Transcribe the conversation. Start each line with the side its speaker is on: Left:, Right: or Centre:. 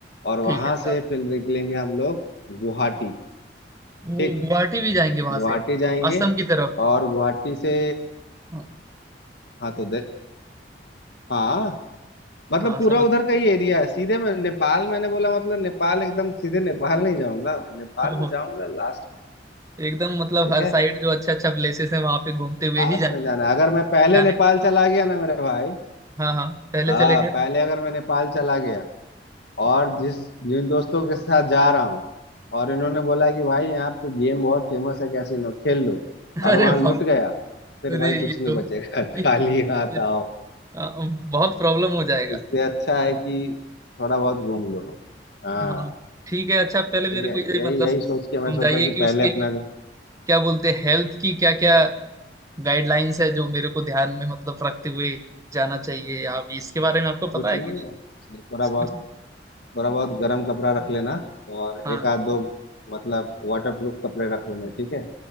Left: और
Right: ठीक
Left: वहां
Right: है दार्जिलिंग
Left: से फिर निकलेंगे हम लोग गुवाहाटी
Right: वो
Left: ठीक
Right: गुवाहाटी भी जाएंगे वहां
Left: गुवाहाटी
Right: से
Left: जाएंगे
Right: असम की तरफ
Left: और गुवाहाटी से
Right: हाँ
Left: हाँ तो दे- हाँ मतलब
Right: हाँ,
Left: पूरा
Right: समझ
Left: उधर का ही एरिया है सीधे मैं नेपाल मैंने बोला मतलब नेपाल एकदम सीधे नेपाल नहीं जाऊंगा नेपाल
Right: <laughs>
Left: में जाऊंगा लास्ट में
Right: एकदम मतलब
Left: ठीक
Right: हर
Left: है
Right: साइड जो अच्छा अच्छा प्लेसेस है वहां पे घूमते
Left: लास्ट
Right: हुए ही जाने
Left: में जाना है। अगर मैं पहले
Right: जाने
Left: नेपाल
Right: का प्लान
Left: चला गया ना मेरे भाई
Right: हाँ हाँ पहले
Left: हाँ
Right: चले गए थे
Left: पहले अगर मैं नेपाल चला गया और जिस जिन दोस्तों के साथ जा रहा हूँ और इन्होंने बोला कि भाई यहाँ पे गेम बहुत फेमस है कैसीनो खेल लो
Right: <laughs>
Left: और
Right: अरे
Left: वहां
Right: बाप
Left: लुट गया फिर
Right: अरे
Left: भाई कुछ
Right: ये तो
Left: नहीं बचेगा <laughs>
Right: ये,
Left: खाली हाथ
Right: ये
Left: आओ
Right: आ, बहुत प्रॉब्लम हो जाएगा
Left: इससे अच्छा है कि थोड़ा बहुत घूम लो हाँ
Right: हाँ ठीक है अच्छा पहले मेरे
Left: ठीक है
Right: को ये
Left: यही
Right: मतलब
Left: यही
Right: समझाइए
Left: सोच के मैं सोचा कि
Right: कि
Left: पहले
Right: उसके
Left: अपना
Right: लिए
Left: जो
Right: क्या बोलते हैं हेल्थ की क्या क्या गाइडलाइंस है जो मेरे को ध्यान में मतलब रखते हुए जाना चाहिए आप इसके बारे में आपको पता
Left: कुछ
Right: है
Left: नहीं
Right: कि नहीं
Left: है इसलिए थोड़ा
Right: इसको-
Left: बहुत थोड़ा बहुत गर्म कपड़ा रख लेना और
Right: हाँ
Left: एक आध दो मतलब वाटर प्रूफ कपड़े रख लेना ठीक है